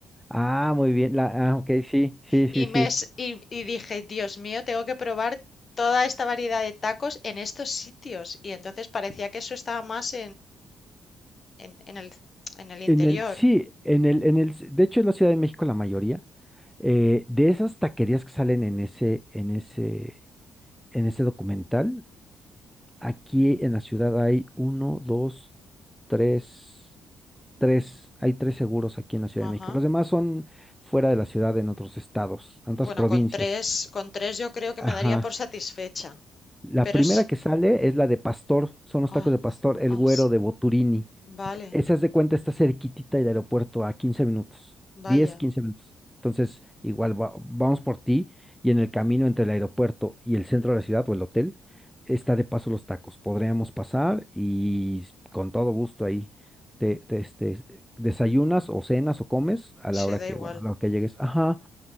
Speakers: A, in the centre; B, on the left (about 40°).
A: Ah, muy bien. La, ah, ok, sí, sí, sí,
B: y,
A: sí.
B: me, s- y, y dije, Dios mío, tengo que probar toda esta variedad de tacos en estos sitios. Y entonces parecía que eso estaba más en, en el, en el interior.
A: En el, sí, en el, en el, de hecho en la Ciudad de México la mayoría, eh, de esas taquerías que salen en ese, en ese, en ese documental, aquí en la ciudad hay uno, dos, tres, tres, hay tres seguros aquí en la Ciudad de
B: Ajá.
A: México. Los demás son fuera de la ciudad, en otros estados, en otras
B: Bueno,
A: provincias.
B: con tres, con tres yo creo que
A: Ajá.
B: me daría por satisfecha.
A: La
B: Pero
A: primera
B: sí.
A: que sale es la de Pastor, son los
B: Ah,
A: tacos de Pastor, el
B: ah,
A: güero
B: sí.
A: de Boturini.
B: vale,
A: Esa es de cuenta, está cerquitita del aeropuerto a 15 minutos,
B: vaya.
A: 10, 15 minutos. Entonces, igual va- vamos por ti y en el camino entre el aeropuerto y el centro de la ciudad o el hotel, está de paso los tacos. Podríamos pasar y s- con todo gusto ahí te, te, este, desayunas o cenas o comes a la
B: Sí,
A: hora
B: da
A: que,
B: igual.
A: bueno, a la hora que llegues. Ajá,